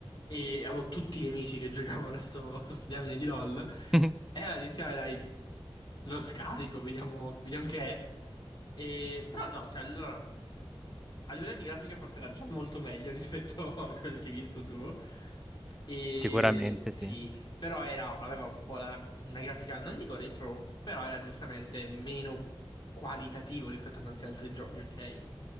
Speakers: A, on the left; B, in the centre.
A: e avevo tutti gli amici che <laughs> giocavano a sto, a sto diamine di LOL.
B: <laughs>
A: E allora dissi, "Vabbè, dai, lo scarico, vediamo, vediamo che è. E- però no, cioè allora. A livello di grafica forse era già molto meglio rispetto <laughs> a quello che hai visto tu. E
B: Sicuramente
A: sì,
B: sì.
A: però era- aveva un po' la, una grafica, non dico retro, però era giustamente meno qualitativo rispetto a tanti altri giochi, ok?